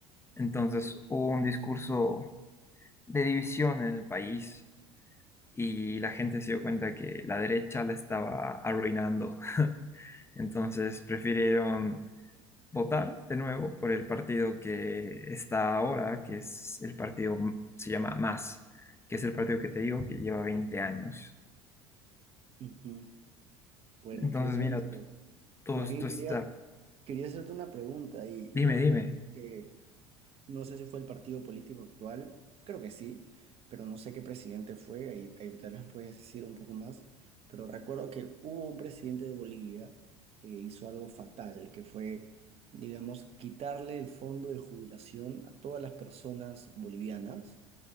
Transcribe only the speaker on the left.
Entonces, hubo un discurso de división en el país y la gente se dio cuenta que la derecha la estaba arruinando. Entonces prefirieron votar de nuevo por el partido que está ahora, que es el partido, se llama Más, que es el partido que te digo que lleva 20 años.
Entonces,
mira, t- todo
esto
está...
Dime,
dime.